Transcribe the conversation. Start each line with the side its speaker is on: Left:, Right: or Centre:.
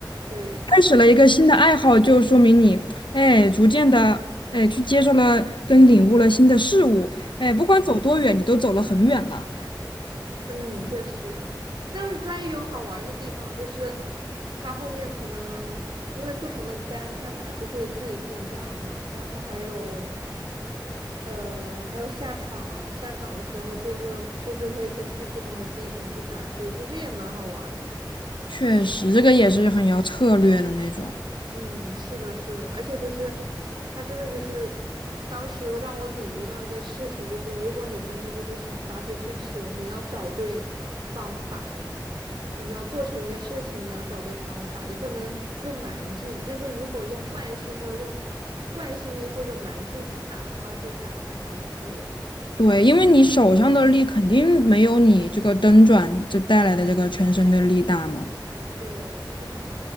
Right: 对。
Left: 开始了一个新的爱好，就说明你哎，逐渐的哎，去接受了跟领悟了新的事物。哎，不管走多远，你都走了很远了。
Right: 嗯，确实，但是它也有好玩儿的地方，就是它后面可能因为不同的杆，它打出去的距离不一样嘛，然后还有，呃，还有下场，下场的时候就会就是会根据不同的地形去打球，其实也蛮好玩儿的。
Left: 确实，这个也是很要策略的那种。
Right: 嗯，是的，是的，而且就是它真的就是当时让我领悟到一件事情，就是如果你真的就是想发出去球，你要找对方法。你要做成一件事情，你要找对方法，你不能用蛮劲。就是如果用惯性或者用惯性力或者蛮劲去打的话，就打不好球。
Left: 对，因为你手上的力肯定没有你这个蹬转就带来的这个全身的力大嘛。
Right: 对，是的，